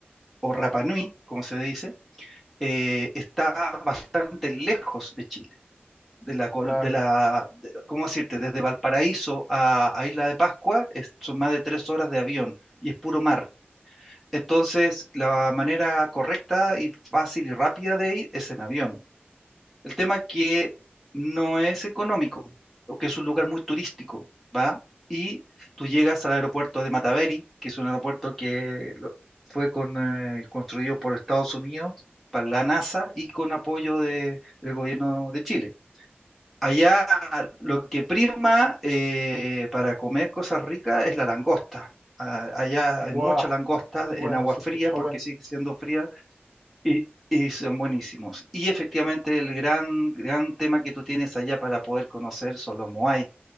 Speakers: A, in the centre; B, on the right.
A: o Rapa Nui, como se dice, eh, está bastante lejos de Chile. De la, col-
B: Claro.
A: de la, de- ¿cómo decirte? Desde Valparaíso a, a Isla de Pascua es- son más de tres horas de avión y es puro mar. Entonces, la manera correcta y fácil y rápida de ir es en avión. El tema que no es económico, o que es un lugar muy turístico, ¿va? Y tú llegas al aeropuerto de Mataveri, que es un aeropuerto que lo- fue con, eh, construido por Estados Unidos para la NASA y con apoyo de- del gobierno de Chile. Allá lo que prima eh, para comer cosas ricas es la langosta. Ah, Allá
B: Guau,
A: hay mucha langosta
B: es
A: en
B: bueno,
A: agua
B: se
A: fría
B: escucha
A: porque
B: bueno.
A: sigue siendo fría y, y son buenísimos. Y efectivamente el gran, gran tema que tú tienes allá para poder conocer son los moai